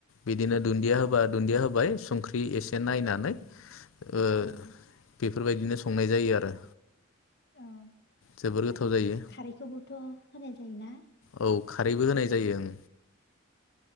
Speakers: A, on the left; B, on the left.
A: बिदिनो दुन्दिया
B: ओं
A: होबा दुन्दिया होबाय संख्रि बि एसे नायनानै ओ
B: ओं
A: बेफोरबायदिनो संनाय जायो आरो।
B: औ
A: जोबोर गोथाव
B: आरो
A: जायो
B: खारैखौबोथ' होनाय जायोना।
A: औ खारैबो होनाय जायो ओं।